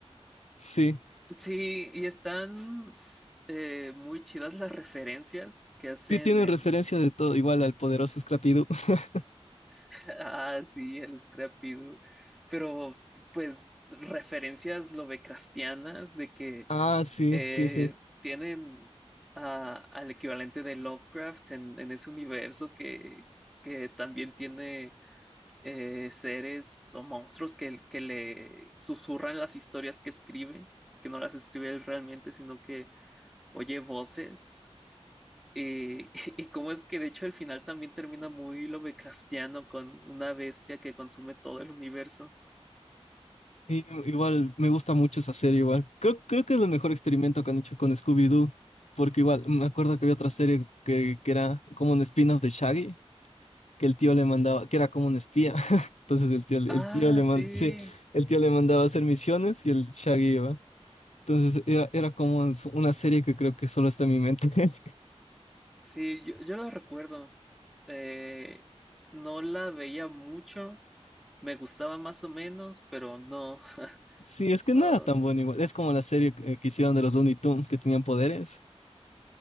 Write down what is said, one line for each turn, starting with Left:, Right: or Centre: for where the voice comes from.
Left: Sí.
Centre: Sí, y están eh, muy chidas las referencias que hacen
Left: Sí, tienen
Centre: en...
Left: referencia de todo, igual al poderoso Scrappy-Doo. <laughs>
Centre: <laughs> Ah, sí, el Scrappy Doo. Pero pues referencias lovecraftianas de que
Left: Ah, sí,
Centre: eh,
Left: sí, sí.
Centre: tienen a- al equivalente de Lovecraft en, en ese universo que, que también tiene eh, seres o monstruos que, que le susurran las historias que escribe, que no las escribe él realmente, sino que oye voces. Eh, <laughs> y cómo es que de hecho el final también termina muy Lovecraftiano con una bestia que consume todo el universo.
Left: Y, igual, me gusta mucho esa serie, igual. Creo, creo que es el mejor experimento que han hecho con Scooby-Doo. Porque igual, me acuerdo que había otra serie que, que era como un spin-off de Shaggy. que el tío le mandaba, que era como un espía. <laughs> Entonces el tío, el
Centre: Ah,
Left: tío le
Centre: sí,
Left: man- sí, el tío le mandaba a hacer misiones y el Shaggy iba. Entonces era, era como un- una serie que creo que solo está en mi mente. <laughs>
Centre: sí, yo, yo la recuerdo. Eh, no la veía mucho, me gustaba más o menos, pero no, <laughs>
Left: Sí, es que
Centre: no.
Left: no era tan buena igual. Es como la serie que, que hicieron de los Looney Tunes que tenían poderes.